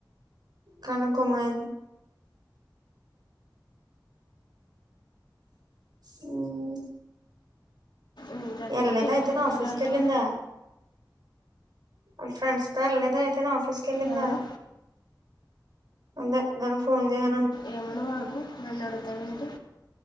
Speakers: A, on the right; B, on the left.
A: కనకు మై మ్మ్
B: ఏం చేస్తున్నారు
A: ఎల్లేదయితే
B: టీవీ చూస్తున్నారు
A: నాఫీస్
B: వాళ్ళు
A: కెళ్లింద వాళ్ళ ఫ్రెండ్స్ త వెళ్లేదా అయితేనా ఆఫీస్ కెళ్ళిందా
B: ఎవరు
A: ఉందే నేను ఫోన్ చేయ
B: ఏమన్న వాడుకో నన్నడుగుతాడంటే